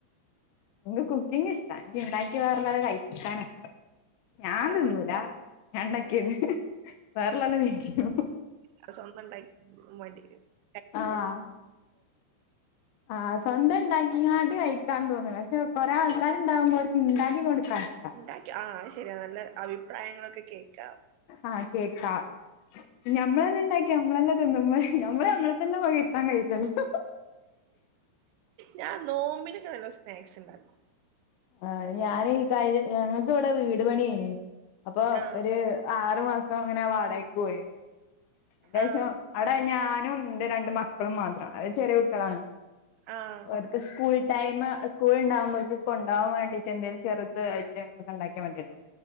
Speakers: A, on the left; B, on the right.
A: ഇൻക്ക് കുക്കിങ് ഇഷ്ട. എനിക്ക് ഇണ്ടാക്കി വേറൊള്ളോരെ കഴിക്കാനൊ. ഞാന്
B: ആഹ്
A: തിന്നൂല ഞാൻ ഇണ്ടാക്ക്യേത്. വേറെള്ളോലെ തീറ്റിക്കും.
B: അത് സ്വന്തണ്ടാക്കി <unintelligible>
A: ആഹ് ആഹ് സ്വന്തം ഇണ്ടാക്കിങ്ങാട്ട് കഴിക്കാൻ തോന്ന്ണ്. പക്ഷെ കൊറേ ആൾക്കാര്ണ്ടാവുമ്പോ ഓർക്ക് ഇണ്ടാക്കി കൊടുക്കാന്
B: ഇണ്ടാക്കി ആഹ് ശെരിയാ. നല്ല അഭിപ്രായങ്ങളൊക്കെ കേക്കാം.
A: ആഹ് കേക്കാ. ഞമ്മളന്നെ ഇണ്ടാക്കി നമ്മളന്നെ തിന്നുമ്പൊ ഞമ്മള് ഞമ്മളെ ഇതന്നെ പൊകയ് ത്താൻ കഴില്ലല്ലൊ
B: ഞാൻ നോമ്പിനൊക്കെ നല്ലോ സ്നാക്സ് ഇണ്ടാക്കും
A: ആഹ് ഞാനീ കഴിഞ്ഞ ഞങ്ങക്കിവിടെ വീട് പണിയാന് അപ്പൊ
B: ആഹ്
A: ഒരു ആറ് മാസം ഇങ്ങനെ വാടകക്ക് പോയി അയിനേശം
B: ആഹ്
A: അവിടെ ഞാനും ഇന്റെ രണ്ട് മക്കളും മാത്ര അത് ചെറിയ കുട്ടികളാണ്
B: ആഹ്
A: അവർക്ക് സ്കൂൾ ടൈം സ്കൂൾ ഇണ്ടാവുമ്പഴേക്കും കൊണ്ടാവാൻ വേണ്ടീട്ട് എന്തേലും ചെറുതായിട്ട് ഒണ്ടാക്കിയാ മതിയല്ലോ